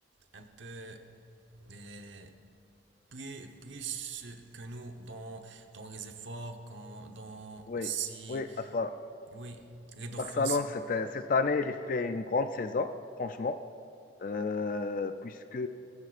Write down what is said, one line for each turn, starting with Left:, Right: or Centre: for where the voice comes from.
Right: un peu, euh, plus, plus que nous dans, dans les efforts, quand dans
Left: Oui,
Right: aussi,
Left: oui. Enfin,
Right: oui, les dauphins.
Left: Barcelone, cette, cette année, il fait une grande saison, franchement, euh, puisque